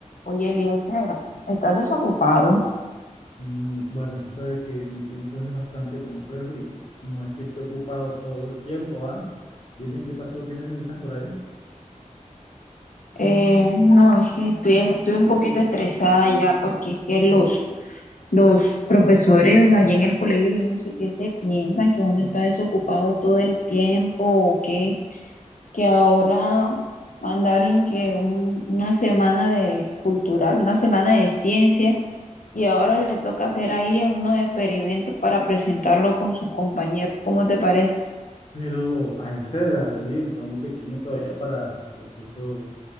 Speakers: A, on the left; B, on the left.
A: Oye, Eliezer, ¿estás desocupado?
B: Mm, Bueno, tú sabes que mi tiempo es bastante complejo y no es que esté ocupado todo el tiempo, ¿ah? Dime qué pasó, qué necesitas por ahí.
A: Eh, no, es que estoy, estoy un poquito estresada ya porque es que los, los profesores allá en el colegio, yo no sé qué se piensan, que uno está desocupado todo el tiempo o qué, que ahora mandaron que un- una semana de cultural, una semana de ciencia y ahora le toca hacer ahí unos experimentos para presentarlo con sus compañeros. ¿Cómo te parece?
B: Pero a esa edad, oye, está muy pequeño todavía para eh, esos,